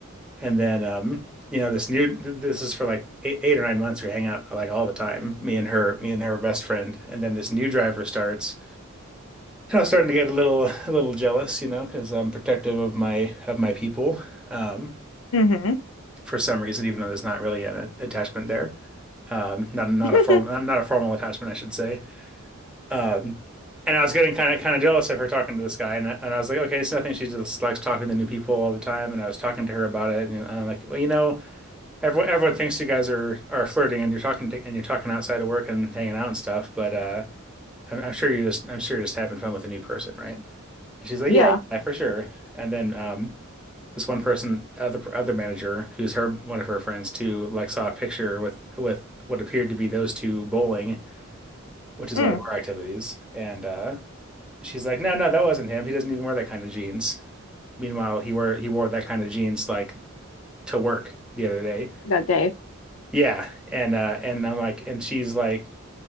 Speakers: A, in the centre; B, on the left (about 70°).
A: And then, um, you know, this new, th- this is for like eight, eight or nine months. We hang out like all the time, me and her, me and her best friend. And then this new driver starts, and I was starting to get a little, a little jealous, you know, because I'm protective of my, of my people, um,
B: Mm-hmm.
A: for some reason, even though there's not really an a- attachment there. Um, not, not
B: <laughs>
A: a formal, not a formal attachment, I should say. Um, and I was getting kind of, kind of jealous of her talking to this guy. And I, and I was like, okay, it's nothing. She just likes talking to new people all the time. And I was talking to her about it. And I'm like, well, you know, Everyone, everyone thinks you guys are are flirting and you're talking to, and you're talking outside of work and hanging out and stuff, but uh, I'm, I'm sure you just I'm sure you're just having fun with a new person, right? And she's like,
B: Yeah,
A: yeah, yeah, for sure. And then um, this one person, other other manager, who's her one of her friends too, like saw a picture with with what appeared to be those two bowling, which is
B: Mm.
A: one of our activities, and uh, she's like, no, no, that wasn't him. He doesn't even wear that kind of jeans. Meanwhile, he wore he wore that kind of jeans like to work the other day.
B: that day.
A: Yeah, and uh and I'm like and she's like